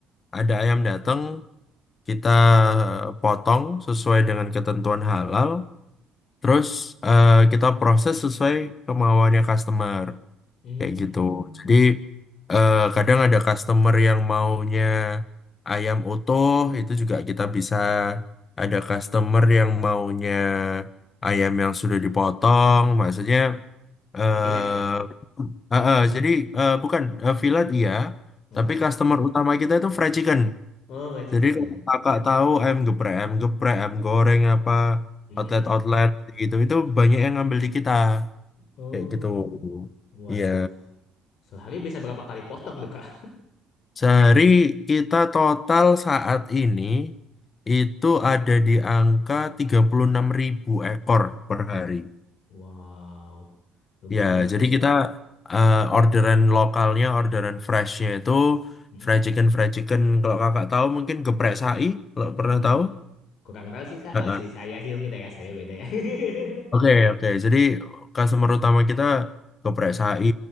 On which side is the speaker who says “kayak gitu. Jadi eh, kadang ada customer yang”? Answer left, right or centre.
Left